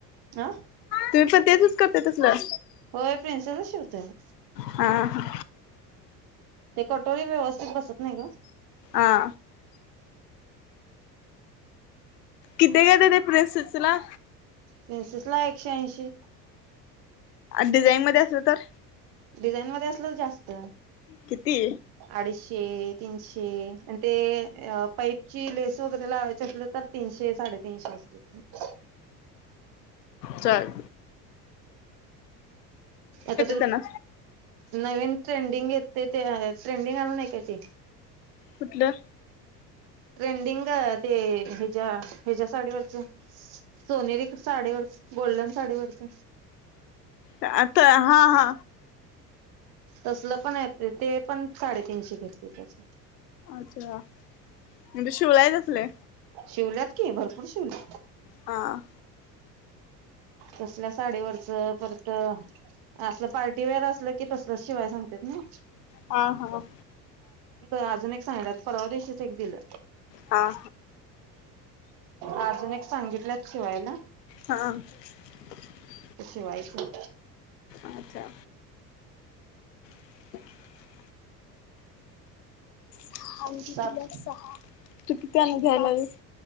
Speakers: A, on the right; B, on the left.
A: आ?
B: तुम्ही पण तेच यूज करताय तसलं?
A: होय प्रिन्सेसच शिवतोय मी.
B: हा हा.
A: ते कटोरी व्यवस्थित बसत नाही गं.
B: हा. किती गं दिदे प्रिंन्सेसतुला
A: प्रिन्सेसला एकशे ऐंशी.
B: डिझाईन मध्ये असलं तर?
A: डिझाईन मध्ये असलं तर जास्त.
B: किती
A: अडीचशे तीनशे आणि ते अ पाईपची लेस वगैरे लावायची असल तर तीनशे साडेतीनशे अस घेत
B: चाल
A: आता ते
B: त्यांना
A: नवीन ट्रेंडिंग येते ते ट्रेंडिंग आला नाही काय ते.
B: कुठल्?
A: ट्रेंडिंग ते हेज्या हेज्या साडीवरचे सोनेरी साडीवर गोल्डन साडीवरच
B: आता हा हा.
A: तसलं पण येत ते पण साडेतीनशे घेते त्याच.
B: अच्छा म्हणजे शिवलाय तसले.
A: शिवल्यात की भरपूर शिवले.
B: आ.
A: तसल्या साडीवरच परत त असलं पार्ट तिवर असलं कि तसलं शिवाय सांगत्यात नई.
B: हां-हां
A: आजून एक सांगल्यात परवा दिवशी. चेक दिलं.
B: हा
A: आजून एक सांगितल्यात शिवायला.
B: हा <inaudible>
A: ते शीवायचं.
B: आछा <inaudible> <unintelligible>
A: सात
B: सहा तू किती आन् घ्यायलाइस.